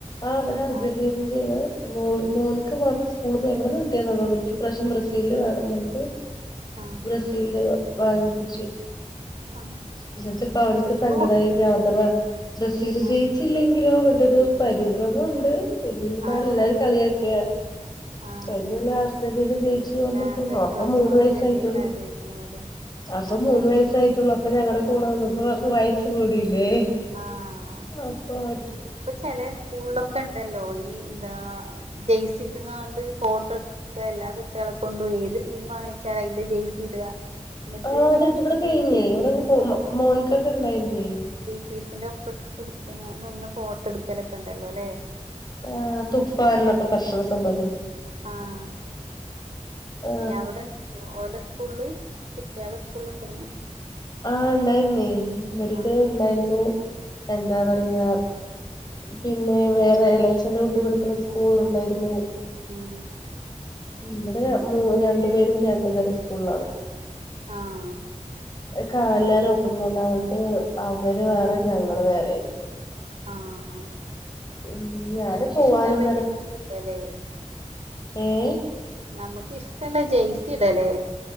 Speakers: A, on the left; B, on the right.
A: ആഹ് ഇവിട അർജുന്റീന്റെണ്
B: ആഹ്
A: മോ മോൻക്ക് മാതം സ്കൂളിന്ന് എവിടെന്ന് കിട്ടിയന്നോ എനിക് ഈ പ്രാവശ്യം ബ്രസീല് വേണം എന് പറഞ്ഞിട്ട്
B: ആഹ്
A: ബ്രസീല് വാങ്ങിപ്പിച്ചു
B: ആഹ്
A: എന്നിട്ടപ്പ അവനക്ക്
B: ഇപ്പോ
A: സങ്കടമായില്ലേ യാഥവാ ബ്രസീല് ജയിച്ചില്ലേ
B: ആഹ്
A: എങ്കിലോ എന്ന് പറഞ്ഞിട്ട് ഒരു പരിഭ്രമുണ്ട് എന്നാൽ
B: ആഹ്
A: എല്ലാരും
B: ആഹ്
A: കളിയാക്ക
B: ആഹ്
A: കഴിഞ്ഞ കൊല്ല അർജന്റീന ജയിച്ചു പറഞ്ഞപ്പോ
B: ആഹ് കഴിഞ്ഞ
A: അപ്പം
B: വർഷം
A: മൂന്ന്
B: അർജന്റീനയാണ്
A: വയസായിട്ടുള്ളു
B: ജയിച്ചിക്കണത്
A: അപ്പൊ മൂന്ന്
B: ആഹ്
A: വയസായിട്ടുള്ളൂ അപ്പൊ ഞങ്ങളടെ കൂടെ വന്നപ്പോഅവൾക് വയസ്സ് കൂടില്ലേ
B: ആഹ്
A: പ്പ <inaudible>
B: ഇപ്പൊ ചെലെ സ്കൂളിലൊക്കെ ഉണ്ടല്ലോ ഈ എഹ് ജയ്സിട്ടങ്ങാണ്ട് ഫോട്ടോ ഇ എല്ലാ കുട്ടികളെ കൊണ്ടും ഏത് ടീം ആണ് എന്ന് വെച്ചാൽ അയിന്റെ ജെയ്സി ഇടുക എന്നിട്ട്
A: ആഹ് അത് ഇവിടെ
B: ടീച്ചേഴ്സിന്റെ
A: കഴിഞ്ഞേ ഇവിടെ പോ മോനിക്കൊക്കെ ഉണ്ടായിരുന്നേ
B: ടീച്ചേസിന്റെ ഒപ്പി ഇട്ട് ഇട്ട നിന്ന് ഫോട്ടോ എടുക്കലൊക്കെ ഉണ്ടല്ലോ അല്ലേ
A: ആഹ് തുഫ എന്നൊക്കെ പറഞ്ഞട്ടുള്ള സംഭവം അല്ലേ
B: ആഹ്
A: ആ
B: അവിടെ ഓല സ്കൂള് കുട്ടേള സ്കൂൾ ഉണ്ടായിനോ
A: ആഹ് ഉണ്ടായിരുന്നേ ഇവർക്ക്
B: ആഹ്
A: ഉണ്ടായിരുന്നു എന്താ പറയാ പിന്നെ വേറെ ഇളയച്ഛന്റെ കുട്ടി പഠിക്കുന്ന സ്കൂള് ഉണ്ടായിരുന്നു
B: ഉം
A: നമ്മടെ മൂ രണ്ട് പേരും രണ്ടു തരം സ്കൂളിലാണ്
B: ആഹ്
A: എല്ലാരും ഒപ്പം കൊണ്ടാണത് അവര് വേറെ ഞങ്ങള് വേറെ
B: ആഹ്
A: ഉം ഞാന്
B: നമുക്കിഷ്ടല്ല
A: പോവാനും
B: ജീല്ലേ <inaudible> അല്ലെ
A: ഏഹ്
B: നമുക്ക് ഇഷ്ടല്ല ജെയയ്സി ഇടലെ